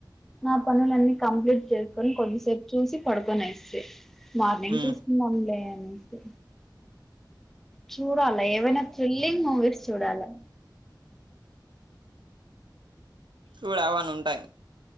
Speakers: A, in the centre; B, on the right.
A: నా పనులన్నీ కంప్లీట్ చేసుకొని కొద్దిసేపు చూసి పడుకొని ఏస్థి మార్నింగ్
B: ఉమ్
A: చూసుకుందాంలే అని తె చూడాలా ఏవైనా థ్రిల్లింగ్ మూవీస్ చూడాలా
B: చూడవని ఉంటాయి